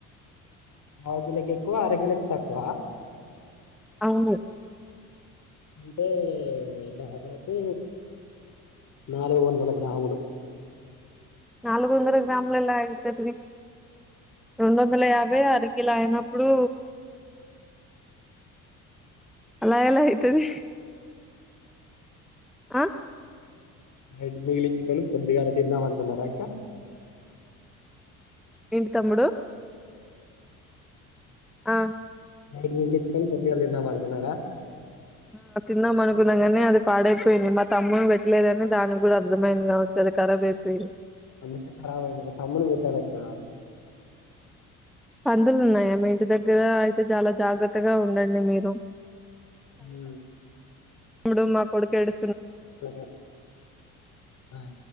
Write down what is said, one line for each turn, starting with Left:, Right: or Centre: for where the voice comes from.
Left: పావుకిలోకి ఎక్కువ అర కిలోకి తక్ వ
Centre: అవును
Left: అంటే దాదాపు నాలుగు వందల గ్రాములు
Centre: నాలుగు వందర గ్రామ్లలా ఆయితేతిది రెండు వందల యాభై ఆరు ఇలా అయినప్పుడు అలా ఎలా అయితది ఆ
Left: నైట్ మిగిలి ఇచ్చుకుని కొద్దిగా లే తిందాం అనుకున్నారా అక్క
Centre: ఏంటి తమ్ముడు ఆ
Left: నైట్ మీగిలీచ్చుకొని పొద్దుగాల తిందాం అనుకున్నారా
Centre: ఆ తిన్నాం అనుకున్నాం కానీ అది పాడైపోయింది మా తమ్మునికి పెట్టలేదని దానికి కూడా అర్థమైంది కావచ్చు అది ఖరాబ్ అయిపోయింది
Left: అందుక కఖరాబ్ అన్నాక తమ్ముడు పెట్టాలా అక్క
Centre: పందులు ఉన్నాయా మీ ఇంటి దగ్గర అయితే చాలా జాగ్రత్తగా ఉండండి మీరు
Left: హూ
Centre: ఇడు మాకొడుకు ఏడు
Left: బై బై